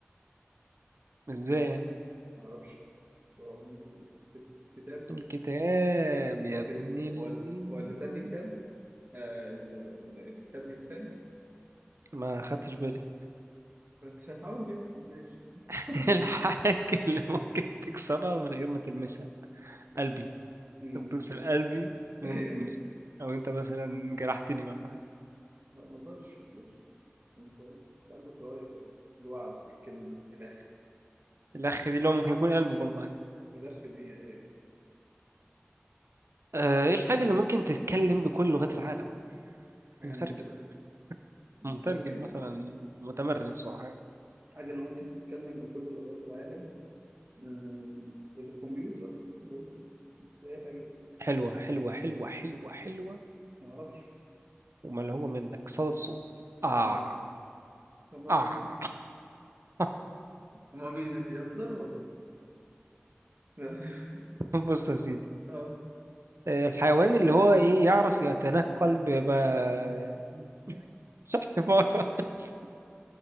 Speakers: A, on the right; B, on the right.
A: ازاي يعني
B: معرفش بس هو ممكن كت- كتاب
A: الكتاب يا
B: هو كده
A: ابن ال
B: هو ال- هو اللسان ليه كتاب آه ال... ال... الكتاب ليه لسان
A: ما خدتش بالي
B: بس حاول نفهم ماشي <laughs>
A: <laughs> الحاجة اللي ممكن تكسرها من غير ما تلمسها قلبي
B: أمم،
A: انت بتكسر قلبي من
B: ايوه
A: غير ما تلمسه او انت مثلا جرحتني ولا حاجة
B: لا، ما اقدرش ما اقدرش انت أنت قلبك رايق بس الوعد الكلمة الأخ
A: الأخ دي اللي هو ممكن يكون قلبي برضه عادي
B: ملف بيه أيوه
A: آه، ايه الحاجة اللي ممكن تتكلم بكل لغات العالم
B: حاجة
A: مترجم
B: أنا ممكن نترجم
A: مترجم مثلا متمرس او حاجة
B: حاجة اللي ممكن تتكلم بكل لغات العالم آه، الكمبيوتر برضه تلاقي حاجة
A: حلوة حلوة حلوة حلوة حلوة
B: معرفش
A: وما اللي هو منك صدى الصوت اه
B: اه هما
A: اه
B: بي
A: <laughs>
B: هما بي بيهزروا والله <laughs>
A: بص يا سيدي
B: اه
A: آه، الحيوان اللي هو ايه يعرف يتنقل ب ب- <laughs> مش عارف عبارة. <laughs>